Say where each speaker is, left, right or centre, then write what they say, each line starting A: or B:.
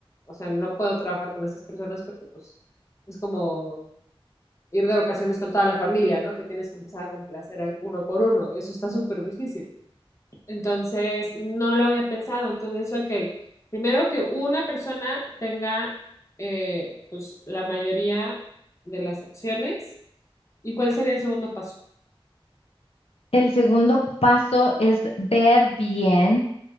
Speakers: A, on the left (about 30°); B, on the left (about 80°).
A: o sea, no puedo trabajar con estas personas porque pues es como ir de vacaciones con toda la familia, ¿no? Que tienes que empezar a complacer a uno por uno, eso está súper difícil. Entonces, no lo había pensado. Entonces, ok, primero que una persona tenga eh, pues, la mayoría de las acciones. ¿Y cuál sería el segundo paso?
B: El segundo paso es ver bien.